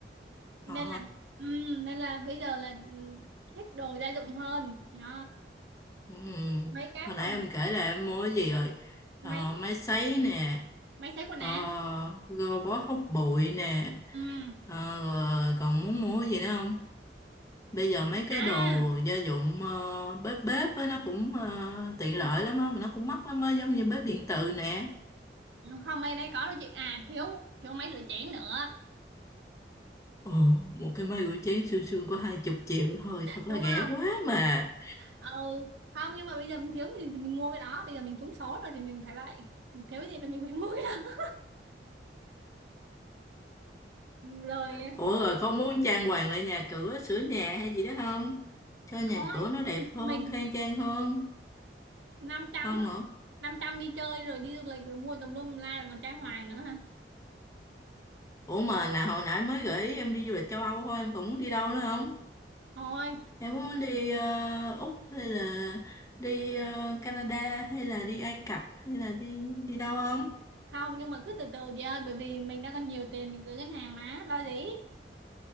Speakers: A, on the right (about 80°); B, on the left (about 20°).
A: nên
B: ờ
A: là ừm, nên là bây giờ là ừm, thích đồ gia dụng hơn hiểu
B: Ừ.
A: mấy cái
B: Hồi
A: mà
B: nãy em kể là em mua cái gì rồi
A: máy
B: Ờ, máy sấy nè
A: máy sấy quần
B: ờ,
A: áo
B: robot hút bụi nè
A: Ừm.
B: Ờ, rồi còn muốn mua cái gì nữa không bây giờ mấy cái
A: à
B: đồ gia dụng ờ, bếp bếp á nó cũng ờ, tiện
A: không
B: lợi lắm á mà nó cũng mắc lắm á giống như bếp điện từ nè
A: không mấy đây có đâu chị à thiếu thiếu máy rửa chén nữa
B: Ồ, một cái máy rửa chén xương xương có hai chục triệu thôi thật
A: đúng
B: là
A: không
B: rẻ quá mà
A: ừ không nhưng mà bây giờ mình thiếu cái gì thì mình mua cái đó bây giờ mình trúng số rồi thì mình phải vậy mình thiếu cái gì là mình phải <laughs> mua cái đó <laughs> rồi
B: ủa rồi không muốn trang hoàng lại nhà cửa sửa nhà hay gì đó không cho nhà
A: thôi
B: cửa nó đẹp hơn
A: mình
B: khang trang hơn
A: năm trăm
B: không hả
A: năm trăm đi chơi rồi đi du lịch rồi mua tùm lum la rồi còn trai hoài nữa ha
B: Ủa mà là hồi nãy mới gửi em đi du lịch châu Âu thôi em còn muốn đi đâu nữa không?
A: thôi
B: Em có muốn đi ờ, Úc hay là đi ờ, Canada hay là đi Ai Cập hay là đi đi đâu không?
A: không nhưng mà cứ từ từ chị ơi bởi vì mình đang còn nhiều tiền mình gửi ngân hàng mà lo gì